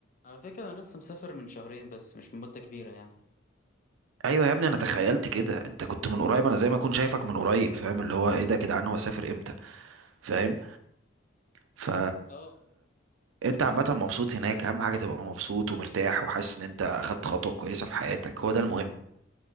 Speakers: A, on the left; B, on the right.
A: على فكرة أنا لسه مسافر من شهرين بس مش من مدة كبيرة يعني
B: ايوه يا ابني انا تخيلت كده انت كنت من قريب انا زي ما اكون شايفك من قريب فاهم اللي هو ايه ده يا جدعان هو سافر امتى فاهم ف
A: اه
B: انت عامه مبسوط هناك اهم حاجه تبقى مبسوط ومرتاح وحاسس ان انت اخدت خطوه كويسه في حياتك هو ده المهم